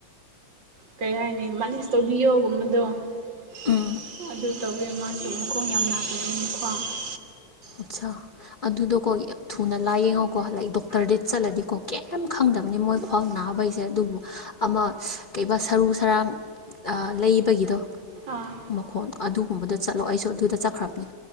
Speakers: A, on the right; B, on the left.
A: ꯀꯩ ꯍꯥꯏꯅꯤ ꯃꯥꯂꯤꯁ ꯇꯧꯕꯤꯌꯣꯒꯨꯝꯕꯗꯣ <unintelligible>
B: ꯎꯝ ꯑꯆꯥꯥ ꯑꯗꯨꯗꯣꯀꯣ ꯊꯨꯅ ꯂꯥꯏꯌꯦꯡꯉꯣꯀꯣ ꯂꯥꯏꯛ ꯗꯣꯛꯇꯔꯗꯤ ꯆꯠꯂꯗꯤꯀꯣ ꯀꯩꯝ ꯈꯪꯗꯝꯕꯅꯤ ꯃꯣꯏ ꯐꯥꯎ ꯅꯥꯕꯩꯁꯦ ꯑꯗꯨꯕꯨ ꯑꯃ ꯀꯩꯕ ꯁꯔꯨ ꯁꯔꯥꯡ ꯂꯩꯕꯒꯤꯗꯣ
A: ꯑꯥ
B: ꯃꯈꯣꯟ ꯑꯗꯨꯒꯨꯝꯕꯗ ꯆꯠꯂꯣ ꯑꯩꯁꯨ ꯑꯗꯨꯗ ꯆꯠꯈ꯭ꯔꯕꯅꯤ